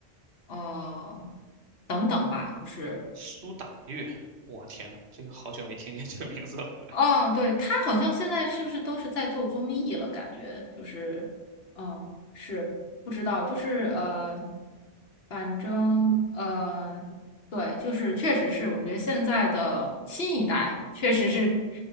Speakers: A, on the left; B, on the right.
A: 呃等等吧，就是。
B: 苏打绿，我天呐，这个好久没听见这个名字了。<laughs>
A: 哦，对，他好像现在是不是都是在做综艺了？感觉就是，嗯，是不知道，就是呃，反正呃，对，就是确实是，我觉得现在的新一代确实是